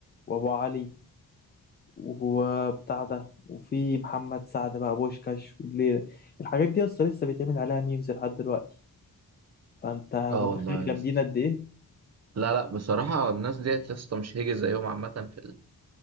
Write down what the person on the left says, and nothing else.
وابو علي وبتاع ده وفي محمد سعد بقى بوشكاش والليلة الحاجات دي اصلا لسه بيتعمل عليها ميمز لحد دلوقتي فانت
متخيل
جامدين
قد ايه